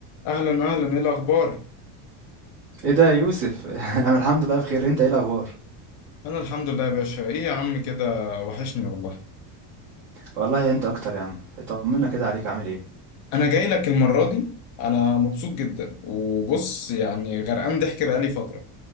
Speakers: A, on the left; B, on the right.
A: اهلا اهلا ايه الاخبار
B: ايه ده يا يوسف <laughs> انا الحمد لله بخير انت ايه الاخبار
A: انا الحمد لله يا باشا ايه يا عم كده وحشني والله
B: والله انت اكتر يا عم طمنا كده عليك عامل ايه
A: انا جاي لك المره دي انا مبسوط جدا وبص يعني غرقان ضحك بقالي فتره